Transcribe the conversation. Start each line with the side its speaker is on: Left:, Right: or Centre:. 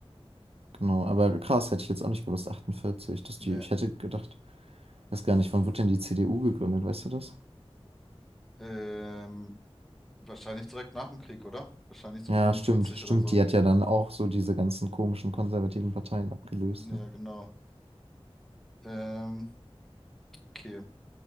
Right: genau. Aber krass, hätte ich jetzt auch nicht gewusst, 48. Dass
Centre: Ne.
Right: die, ich hätte gedacht, Weiß gar nicht, wann wurde denn die CDU gegründet, weißt du das?
Centre: Ähm, wahrscheinlich direkt nach dem Krieg, oder? Wahrscheinlich so
Right: Ja,
Centre: 45
Right: stimmt, stimmt.
Centre: oder so.
Right: Die hat ja dann auch so diese ganzen komischen konservativen Parteien abgelöst,
Centre: Ja,
Right: ne?
Centre: genau. Ähm, okay.